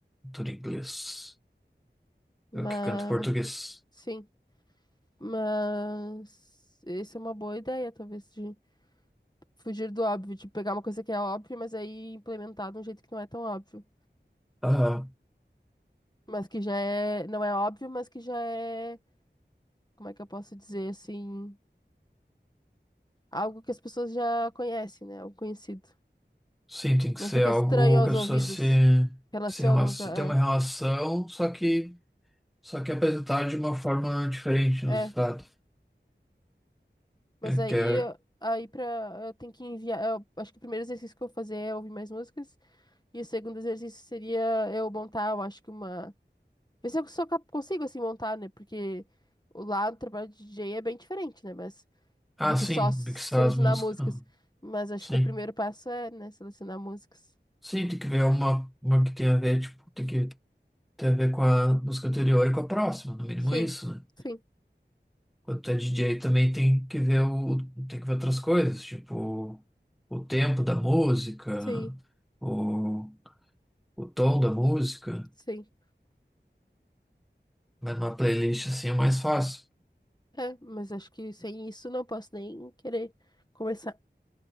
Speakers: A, in the centre; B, on the left.
A: Tudo inglês.
B: Mas.
A: Eu que canto em português.
B: Sim. Mas. Essa é uma boa ideia, talvez, de fugir do óbvio, de pegar uma coisa que é óbvia, mas aí implementar de um jeito que não é tão óbvio.
A: Ah,
B: Mas que já é. Não é óbvio, mas que já é. Como é que eu posso dizer assim? Algo que as pessoas já conhecem, né? Algo conhecido.
A: sim, tem que
B: Não
A: ser
B: fica
A: algo
B: estranho aos
A: que a pessoa
B: ouvidos.
A: se,
B: Relacionam
A: se relaciona,
B: já.
A: tem uma
B: É.
A: relação, só que, só que apresentar de uma forma diferente no
B: É.
A: estado.
B: Mas
A: É
B: aí,
A: que é,
B: aí pra, eu tenho que enviar. Eu acho que o primeiro exercício que eu vou fazer é ouvir mais músicas. E o segundo exercício seria eu montar, eu acho que uma. Ver se eu sou cap- consigo, assim, montar, né? Porque o- lá no trabalho de DJ é bem diferente, né? Mas
A: ah,
B: do que
A: sim,
B: só selecionar
A: mixar as músicas.
B: músicas.
A: Ah,
B: Mas acho
A: Sim.
B: que o primeiro passo é, né, selecionar músicas.
A: Sim, tem que ver uma, uma que tenha a ver, tipo, tem que ter a ver com a música anterior e com a próxima, no mínimo
B: Sim,
A: isso, né?
B: sim,
A: Quando tu é DJ também tem que ver o, tem que ver outras coisas, tipo o tempo da música,
B: sim,
A: o, o tom da música.
B: sim.
A: Mas numa playlist assim é mais fácil.
B: É, mas acho que sem isso não posso nem querer começar.